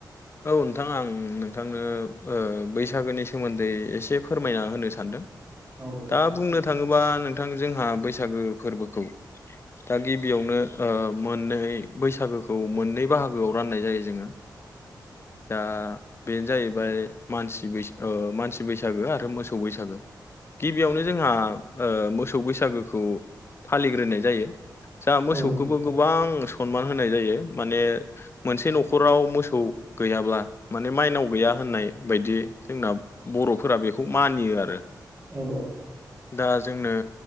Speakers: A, on the left; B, on the right.
A: औ नोंथां‌ आं नोंथांनो ओ बैसागोनि सोमोन्दै एसे फोरमायना होनो सानदों
B: औ दे नोंथां
A: दा
B: फोरमायलाय
A: बुंनो थाङोबा नोंथां जोंहा बैसागो फोरबोखौ दा गिबियावनो ओ मोननै बैसागोखौ मोननै बाहागोआव राननाय जायो जोङो। दा बेनो जाहैबाय मानसि बैस ओ मानसि बैसागो आरो मोसौ बैसागो गिबियावनो जोंहा ओ मोसौ बैसागोखौ फालिग्रोनाय जायो। जा मोसौखौबो
B: औ
A: गोबां सनमान होनाय जायो माने मोनसे न'खराव मोसौ गैयाब्ला माने माइनाव गैया होननाय बायदि जोंना बर'फोरा बेखौ मानियो आरो
B: औ
A: दा जोंनो